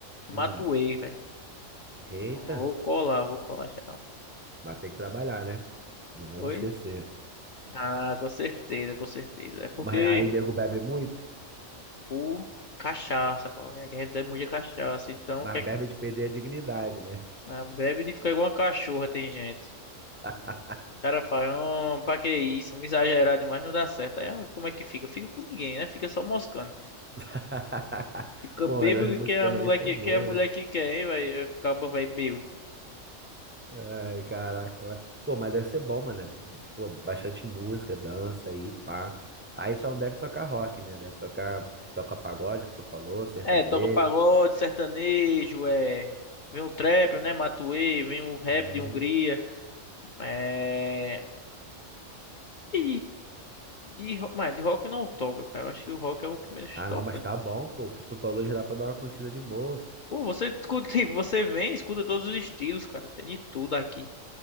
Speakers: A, on the left; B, on the right.
A: matuê,
B: Hum.
A: velho.
B: Eita,
A: Vou colar, vou colar geral.
B: vai ter que trabalhar, né? Não vamos
A: Oi?
B: esquecer.
A: Ah, com certeza, com certeza. É porque
B: Mas aí, nego bebe muito?
A: o cachaça, pô, é que a gente bebe muito cachaça, então
B: Mas
A: quer,
B: Berba de perder a dignidade, né?
A: ah, bebe de ficar igual uma cachorra, tem gente.
B: Ah.
A: O cara fala, "Ah, pra que isso? Me exagerar demais não dá certo. Aí, ah, como é que fica? Fica com ninguém, né? Fica só moscando.
B: <laughs>
A: Fica
B: Pô,
A: bêbado
B: mas as músicas
A: que é a mulher
B: aí são
A: que,
B: boas.
A: que é a mulher que quer, hein? Vai ficar, vai bêbado.
B: Ai, caraca. mas- Pô, mas deve ser bom, mano. né? Pô, bastante música, dança aí, pá. Aí só não deve tocar rock, né? Deve tocar, toca pagode, que tu falou, sertanejo.
A: É, toca pagode, sertanejo, é. Vem o trap, né? Matuê, vem o rap
B: Hum.
A: de Hungria. É. E, e ro- mas de rock não toca, cara. Eu acho que o rock é o que menos
B: Ah,
A: toca.
B: não, mas tá bom, pô. O que tu falou já dá pra dar uma curtida de boa.
A: Pô, você escuta, <laughs> tipo, você vem, escuta todos os estilos, cara. Tem de tudo aqui.